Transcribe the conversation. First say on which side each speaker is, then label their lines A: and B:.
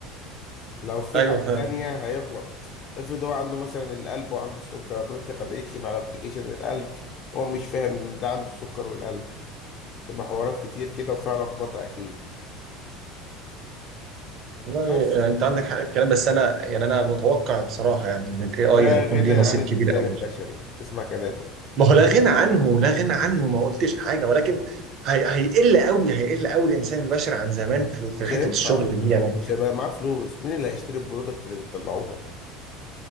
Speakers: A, on the left (about 45°); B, on the right (about 45°).
A: لو في
B: ايوه
A: حاجه
B: فاهم
A: تانية هيغلط افرض هو عنده مثلا القلب وعنده السكر كنت تخليه يكشف على ابلكيشن القلب وهو مش فاهم ان ده عنده السكر والقلب تبقى حوارات كتير كده وفيها لخبطه اكيد
B: والله
A: بس
B: آه، انت عندك حق في الكلام بس انا يعني انا متوقع بصراحه يعني ان الاي اي
A: لا
B: هيكون
A: غنى
B: ليه
A: عن
B: نصيب
A: الانسان
B: كبير قوي
A: البشري اسمع كلامي
B: ما هو لا غنى عنه لا غنى عنه
A: بس
B: ما قلتش حاجه ولكن هي هيقل قوي هيقل قوي الانسان البشر عن زمان في
A: مش
B: في حته
A: هينفع
B: الشغل دي يعني
A: مش هيبقى معاه فلوس مين اللي هيشتري البرودكت اللي بتطلعوها